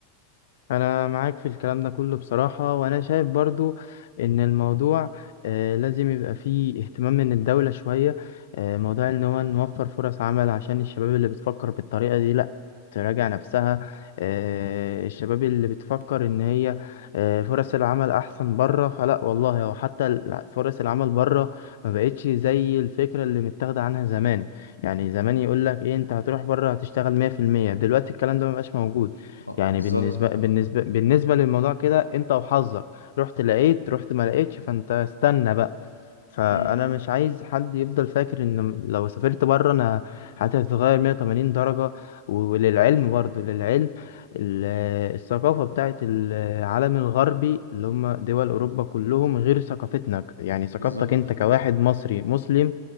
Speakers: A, on the left (about 55°); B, on the left (about 85°).
A: انا معاك في الكلام ده كله بصراحة وانا شايف برضو ان الموضوع آه، لازم يبقى فيه اهتمام من الدولة شوية آه، موضوع ان هو نوفر فرص عمل عشان الشباب اللي بتفكر بالطريقة دي لا تراجع نفسها آه، الشباب اللي بتفكر ان هي آه، فرص العمل احسن بره فلا والله هو حتى ال- فرص العمل بره ما بقتش زي الفكرة اللي متاخدة عنها زمان يعني زمان يقول لك ايه انت هتروح بره هتشتغل 100% دلوقتي الكلام ده ما بقاش موجود
B: اه
A: يعني
B: بالظبط
A: بالنسبة بالنسبة بالنسبة للموضوع كده انت وحظك رحت لقيت رحت ما لقيتش فانت استنى بقى فانا
B: مم.
A: مش عايز حد يفضل فاكر ان لو سافرت بره انا حياتي هتتغير 180 درجة وللعلم برضو للعلم ال- الثقافة بتاعت العالم الغربي اللي هم دول أوروبا كلهم غير ثقافتنا يعني ثقافتك
B: بالظبط
A: أنت كواحد مصري مسلم